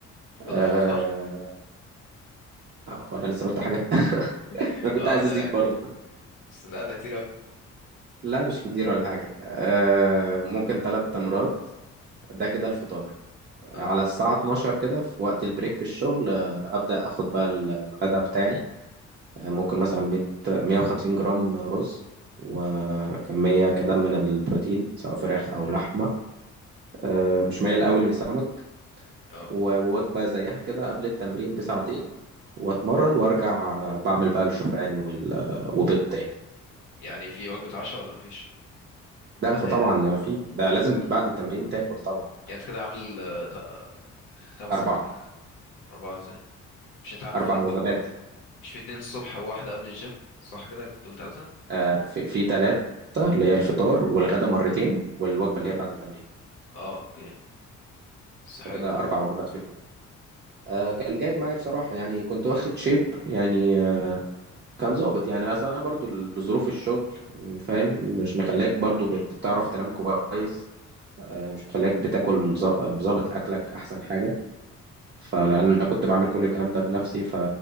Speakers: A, on the right (about 35°); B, on the left (about 90°).
A: أه...
B: ولا في الفطار
A: هو انا لسه قلت حاجة <laughs>
B: <laughs>
A: انا كنت
B: اه
A: عايز
B: ده
A: ازيد
B: يعني
A: برضو
B: بس لا ده كتير اوي
A: لا مش كتير ولا حاجة أه... ممكن تلات تمرات ده كده الفطار على
B: اه
A: الساعة 12 كده في وقت البريك في الشغل آه، أبدأ أخد بقى ال- الغداء بتاعي آه، ممكن مثلا 100 150 جرام رز وكمية كده من البروتين سواء فراخ أو لحمة آه، مش مايل أوي للسمك
B: اه
A: ووجبة زيها كده قبل التمرين بساعتين وأتمرن وأرجع آه، بعمل بقى الشوفان وال... آه، وبيض تاني
B: يعني في وجبة عشاء ولا مفيش
A: ده
B: ولا
A: فطبعا
B: هي
A: في ده لازم بعد التمرين تاكل طبعا
B: يعني انت كده عامل آه، ت- آه، خمس
A: أربعة
B: ست اربعة ازاي مش انت عامل-
A: أربع
B: في ات-
A: وجبات
B: مش في اتنين الصبح وواحدة قبل الجيم صح كده كنت قلت تلاتة
A: آه، في في ثلاثة اللي هي الفطار والغدا مرتين والوجبة اللي هي بعد التمرين
B: اه اوكي بس
A: فكده
B: حلو برضه
A: أربع
B: اه
A: وجبات في اليوم آه كان جايب معايا بصراحة يعني كنت واخد شيب يعني آه كان ظابط يعني أصل أنا برضو ظروف الشغل فاهم مش
B: مم.
A: مخليك برضو بت- بتعرف تنام كويس آه مش مخليك بتاكل ظ- ظابط أكلك أحسن حاجة فلأن أنا كنت بعمل كل الكلام ده بنفسي ف...